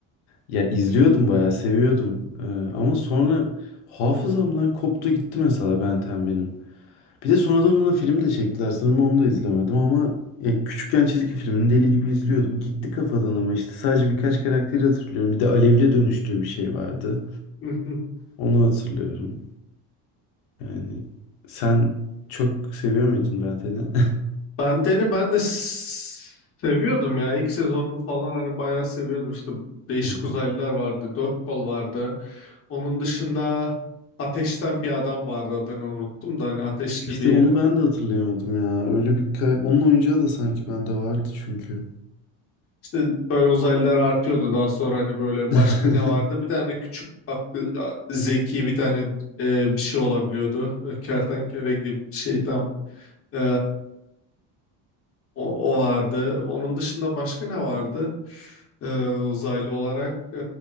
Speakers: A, on the left (about 80°); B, on the left (about 35°).
A: Ya izliyordum bayağı seviyordum. E, ama sonra hafızamdan koptu gitti mesela Ben 10 benim. Bir de sonradan ona film de çektiler. Sanırım onu da izlemedim ama ya küçükken çizgi filmini deli gibi izliyordum. Gitti kafadan ama işte sadece birkaç karakteri hatırlıyorum. Bir de Alev'le dönüştüğü bir şey vardı.
B: Hı hı.
A: Onu hatırlıyorum. Yani sen çok seviyor muydun Ben Ten'i? <laughs>
B: Benden'i ben de s- seviyordum ya. İlk sezonunu falan hani bayağı seviyordum. İşte değişik
A: Hı hı.
B: uzaylılar vardı. Dört kol vardı. Onun dışında ateşten bir adam vardı adını unuttum da hani ateşli
A: İşte
B: bir
A: onu ben de hatırlayamadım ya. Öyle bir ka- onun oyuncağı da sanki bende vardı çünkü.
B: İşte böyle uzaylılar artıyordu daha sonra hani böyle
A: <laughs>
B: başka ne vardı? Bir tane küçük aklı, zeki bir tane e, bir şey olabiliyordu. E, Kertenkele gibi bir şey tam e, o, o vardı. Onun dışında başka ne vardı? E, uzaylı olarak e,